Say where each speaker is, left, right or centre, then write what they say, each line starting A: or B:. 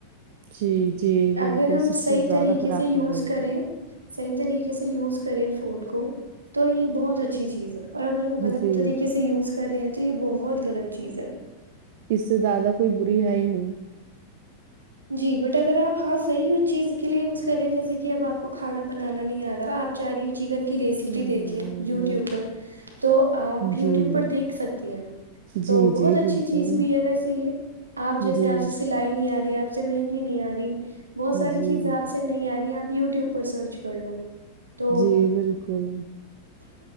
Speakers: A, on the right; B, on the right.
A: جی جی
B: اگر
A: بالکل
B: ہم
A: سب
B: صحیح
A: سے زیادہ
B: طریقے
A: خراب
B: سے یوز
A: کر رہی
B: کریں
A: ہے
B: صحیح طریقے سے یوز کریں فون کو تو یہ بہت اچھی چیز ہے اور اگر ہم غلط
A: جی
B: طریقے سے یوز کر رہے ہیں تو یہ بہت غلط چیز ہے
A: اس سے زیادہ کوئی بری ہے ہی نہیں
B: جی بٹ اگر آپ ہاں صی چیز کے لیے یوز کریں جیسے کہ اب آپ کو کھانا بنانا نہیں آ رہا آپ چاہ رہی ہیں چکن کی ریسیپی
A: ہ
B: دیکھیں یوٹیوب پر تو آپ
A: جی
B: یوٹیوب پر دیکھ سکتی ہیں تو
A: جی
B: بہت
A: جی
B: اچھی
A: بالکل
B: چیز بھی ہے ویسے یہ آپ جیسے
A: جی
B: آپ سے سلائی نہیں آ رہی آپ اس سے مہندی نہیں آ رہی بہت ساری
A: جی
B: چیزیں آپ سے نہیں آ رہی ہیں یوٹیوب پر سرچ کر لو تو
A: جی بالکل